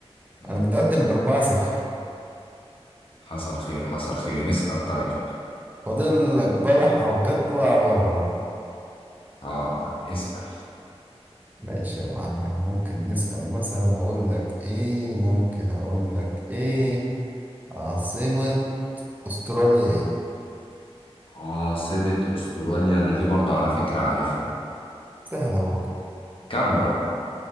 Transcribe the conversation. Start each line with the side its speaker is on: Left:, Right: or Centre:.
Left: مم.
Right: انا متقدم ب 4 0
Left: حصل خير حصل خير اسأل طيب
Right: فاضل لك بلحة وتطلع بره
Left: اه اسأل
Right: ماشي يا معلم ممكن نسأل مثلا اقول لك ايه ممكن اقول لك ايه عاصمة استراليا ايه
Left: عاصمة استراليا انا دي برضو على فكرة عارفها
Right: سهلة برضه
Left: كامبرا